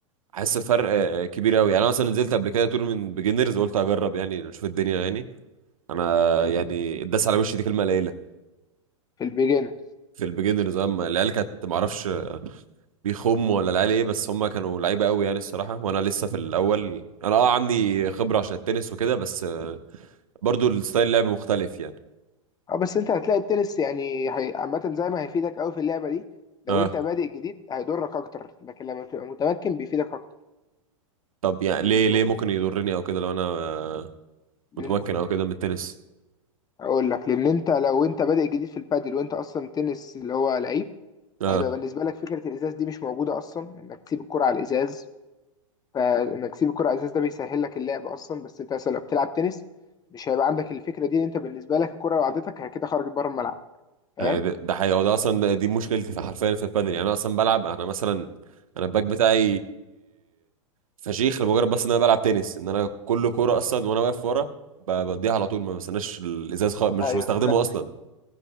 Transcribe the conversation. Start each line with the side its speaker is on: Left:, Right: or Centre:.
Right: حاسس فرق آه، كبير قوي يعني انا مثلا نزلت قبل كده تورنمنت بيجنرز قلت اجرب يعني اشوف الدنيا يعني انا
Left: مم،
Right: يعني اتداس على وشي دي كلمه قليله
Left: في البيجنر
Right: في البيجنرز اما العيال كانت ما اعرفش بيخموا ولا العيال ايه بس هم كانوا لعيبه قوي يعني الصراحه وانا لسه في الاول انا اه عندي خبره عشان التنس وكده بس برضو الستايل اللعب مختلف يعني
Left: اه بس انت هتلاقي التنس يعني هي- عامة زي ما هيفيدك قوي في اللعبة دي لو
Right: اه
Left: انت بادئ جديد هيضرك اكتر لكن لما بتبقى متمكن بيفيدك اكتر
Right: طب يعني
Left: لانه
Right: ليه ليه ممكن يضرني او كده لو انا آه،
Left: لان
Right: متمكن او كده من التنس
Left: اقول لك لان انت لو انت بادئ جديد في البادل وانت اصلا تنس اللي هو لعيب
Right: اه
Left: هيبقى بالنسبة لك فكرة الازاز دي مش موجودة اصلا انك تسيب الكرة على الازاز فانك تسيب الكرة على الازاز ده بيسهل لك اللعب اصلا بس انت مثلا لو بتلعب تنس مش هيبقى عندك الفكرة دي ان انت بالنسبة لك الكرة لو عدتك هي كده خرجت بره الملعب فاهم
Right: هي ده ده حقيقة هو ده اصلا ده دي مشكلتي في حرفيا في البادل يعني انا اصلا بلعب انا مثلا انا الباك بتاعي فشيخ لمجرد بس ان انا بلعب تنس ان انا كل كورة اصلا وانا واقف ورا ب- بديها على طول ما بستناش الازاز خالص مش
Left: ايوه
Right: بستخدمه اصلا